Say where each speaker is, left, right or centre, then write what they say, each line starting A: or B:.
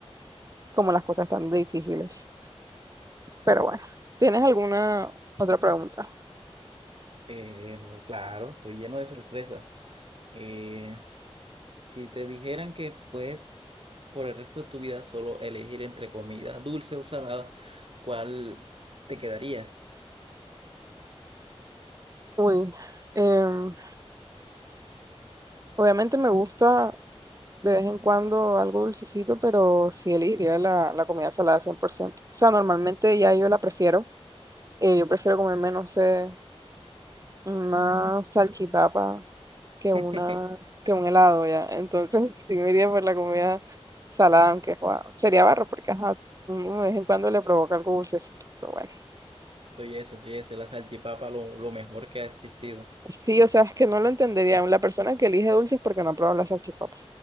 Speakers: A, on the right; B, on the right.
A: como las cosas tan difíciles. Pero bueno, ¿tienes alguna otra pregunta?
B: Eh, no, claro, estoy lleno de sorpresas. Eh, si te dijeran que puedes por el resto de tu vida solo elegir entre comida dulce o salada, ¿cuál te quedarías?
A: Uy, em, obviamente me gusta de vez en cuando algo dulcecito, pero sí elegiría la, la comida salada 100%. O sea, normalmente ya yo la prefiero. Eh, yo prefiero comerme, no sé, una salchipapa que
B: <laughs>
A: una, que un helado ya. Entonces <laughs> sí me iría por la comida salada, aunque joa, sería barro, porque ajá, uno de vez en cuando le provoca algo dulcecito, pero bueno.
B: Soy ese, soy ese, la salchipapa lo, lo mejor que ha existido.
A: Sí, o sea, es que no lo entendería. La persona que elige dulces porque no ha probado la salchipapa.